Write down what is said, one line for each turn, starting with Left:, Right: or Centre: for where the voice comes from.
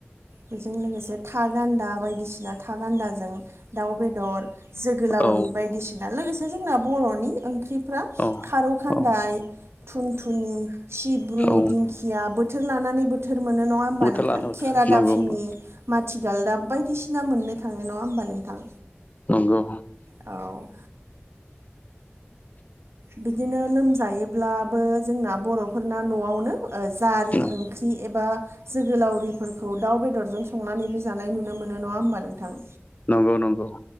Right: बेजों लोगोसे था गान्दा बायदिसिना था गान्दाजों दाउ बेदर। जोगोलावरि
Left: औ
Right: बायदिसिना। लोगोसे जोंना बर'नि ओंख्रिफ्रा
Left: औ
Right: खारौ खान्दाय,
Left: औ
Right: थुनथुनि, सिब्रु,
Left: औ
Right: दिं खिया। बोथोर लानानै बोथोर मोनो नङा होमबा
Left: बोथोर
Right: नोंथां
Left: लाना बोथोर
Right: खेरा
Left: नंगौ
Right: दाफिनि
Left: नंगौ
Right: माथिगालदाब बायदिसिना मोननो थाङो नङा होमबा नोंथां।
Left: नंगौ।
Right: औ। बिदिनो लोमजायोब्लाबो जोंना बर'फोरना न'आवनो जारि
Left: औ
Right: ओंख्रि एबा जोगोलावरिफोरखौ दाउ बेदरजों सं संनानैबो जानाय नुनो मोनो नङा होमबा नोंथां।
Left: नंगौ नंगौ